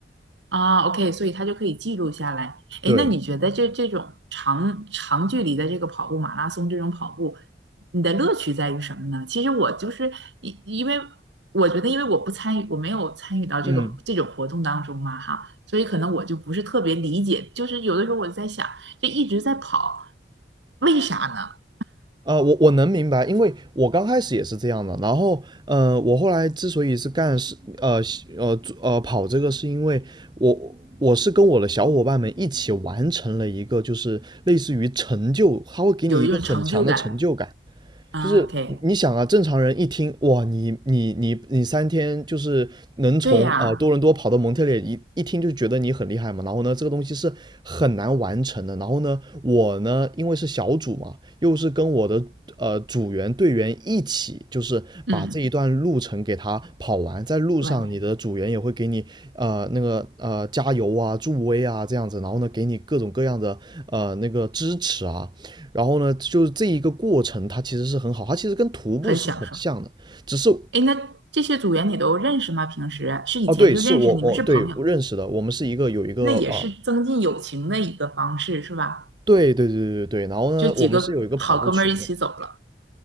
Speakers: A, on the right; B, on the right.
A: 啊，OK，所以他就可以记录下来。哎，
B: 对，
A: 那你觉得这这种长长距离的这个跑步，马拉松这种跑步，你的乐趣在于什么呢？其实我就是因因为我觉得，因为我不参与，我没有参与到这个这种活动当中嘛，
B: 嗯，
A: 哈，所以可能我就不是特别理解。就是有的时候我就在想，这一直在跑，为啥呢？
B: 呃，我我能明白，因为我刚开始也是这样的。然后，呃，我后来之所以是干是呃呃做呃跑这个，是因为我我是跟我的小伙伴们一起完成了一个，就是类似于成就，他会给你一个很强的成就感。
A: 有一种成就感。啊，OK，
B: 就是你想啊，正常人一听哇，你你你你三天就是能从啊、
A: 对呀，
B: 呃多伦多跑到蒙特利尔，一一听就觉得你很厉害嘛。然后呢，这个东西是很难完成的。然后呢，我呢，因为是小组嘛，又是跟我的呃组员队员一起，就是把这一段路程给他跑完。
A: 嗯，
B: 在路上，
A: 完，
B: 你的组员也会给你呃那个呃加油啊、助威啊这样子，然后呢，给你各种各样的呃那个支持啊。然后呢，就是这一个过程，它其实是很好，它其实跟徒步是很像的，
A: 很享受。
B: 只是
A: 哎，那这些组员你都认识吗？平时是以前就认识，
B: 哦，对，是我我对我认识的，
A: 你们是朋友，
B: 我们是一个有一个啊，
A: 那也是增进友情的一个方式，是吧？
B: 对对对对对，然后呢，
A: 这几个好哥们儿一起走了，
B: 我们是有一个跑步群的，